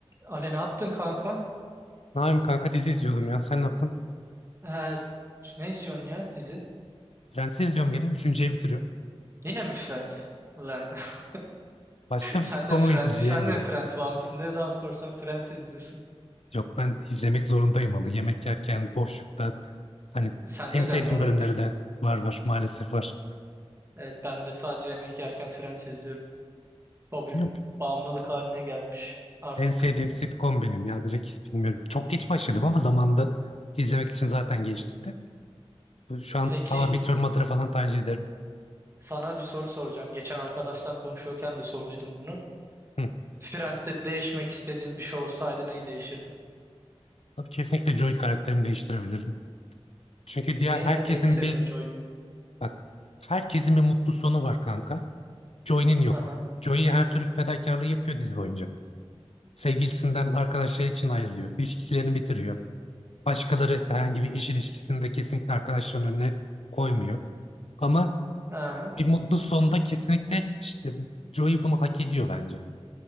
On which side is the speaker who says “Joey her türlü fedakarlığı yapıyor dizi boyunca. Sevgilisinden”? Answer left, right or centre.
Left